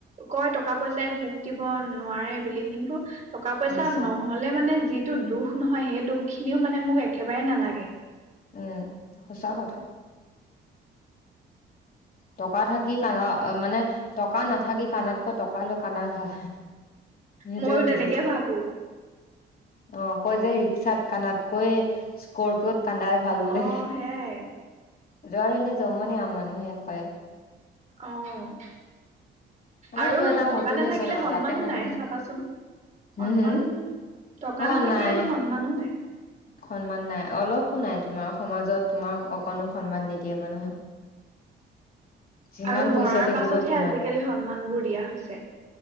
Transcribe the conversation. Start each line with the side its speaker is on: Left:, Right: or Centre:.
Right: কয় টকা পইচাই সুখ দিব নোৱাৰে বুলি কিন্তু টকা পইচা
Left: মিছা
Right: নহলে মানে যি টো দুখ নহয়, সেই দুখ খিনিও মানে মোক একেবাৰে নালাগে।
Left: উম, সঁচা কথা। টকা থাকি কাানা, মানে টকা নাথাকি কাানাতকৈ টকা লৈ কানা ভাল। সেইটোয়েই
Right: ময়ো
Left: বুজিছা,
Right: তেনেকে ভাবো
Left: অ', কয় যে চাত কানাতকৈ স্কৰপিঅত কান্দাই ভাল বোলে।
Right: অ সেয়াই
Left: য আৰু এনে জম ন আৰু মানুহে হয়
Right: অ <unintelligible> <unintelligible>
Left: মানে
Right: আৰু
Left: এইটো এটা
Right: টকা
Left: মটিভেশ্যন
Right: নাথাকিলে
Left: আৰু
Right: সন্মানো
Left: যাতে মানুহে
Right: নাই চাবাচোন
Left: হম
Right: সন্মান
Left: হম
Right: টকা
Left: অ
Right: নাথাকিলেতো
Left: নাই
Right: সন্মানো নাই।
Left: সন্মান নাই অলপো নাই তোমাৰ সমাজত তোমাক অকণো সন্মান নিদিয়ে মানুহে যিমান
Right: আৰু মৰাৰ
Left: পইচা থাকিব
Right: পাছতহে
Left: তিমান
Right: আজিকালি সন্মানবোৰ দিয়া হৈছে